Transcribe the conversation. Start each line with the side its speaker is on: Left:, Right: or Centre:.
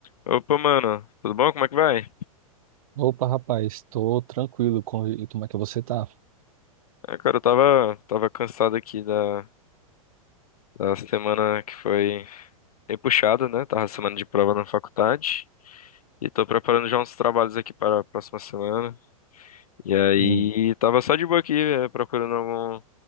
Left: Opa, mano, tudo bom? Como é que vai?
Right: Opa, rapaz, estou tranquilo. Com... E como é que você tá?
Left: Ah, cara, eu tava, tava cansado aqui da, da semana que foi bem puxada, né? Tava semana de prova na faculdade e tô preparando já uns trabalhos aqui para a próxima semana. E aí,
Right: Hum.
Left: tava só de boa aqui, eh, procurando algum,